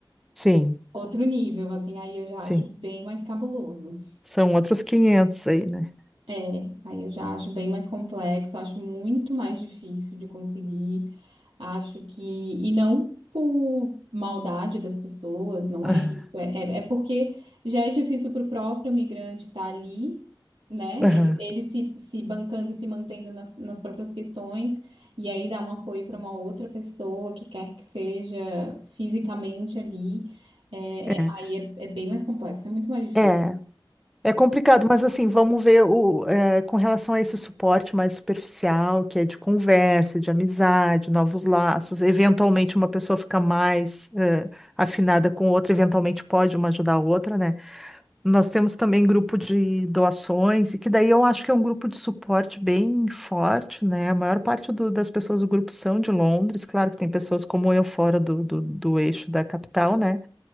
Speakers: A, in the centre; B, on the right (about 85°).
A: Sim,
B: outro nível, assim, aí eu já
A: sim.
B: acho bem mais cabuloso.
A: São outros 500 aí, né?
B: É, aí eu já acho bem mais complexo, acho muito mais difícil de conseguir, acho que, e não por maldade das pessoas, não
A: Aham,
B: é isso, é, é, é porque já é difícil para o próprio migrante estar ali, né?
A: aham.
B: Ele, ele se, se bancando e se mantendo nas, nas próprias questões, e aí dar um apoio para uma outra pessoa que quer que seja fisicamente ali, é,
A: É.
B: é- aí é, é bem mais complexo, é muito mais difícil.
A: É. É complicado, mas assim, vamos ver o, eh, com relação a esse suporte mais superficial, que é de conversa, de amizade, novos laços. Eventualmente, uma pessoa fica mais, eh, afinada com outra, eventualmente pode uma ajudar a outra, né? Nós temos também grupo de doações, e que daí eu acho que é um grupo de suporte bem forte, né? A maior parte do- das pessoas do grupo são de Londres, claro que tem pessoas como eu fora do, do do eixo da capital, né?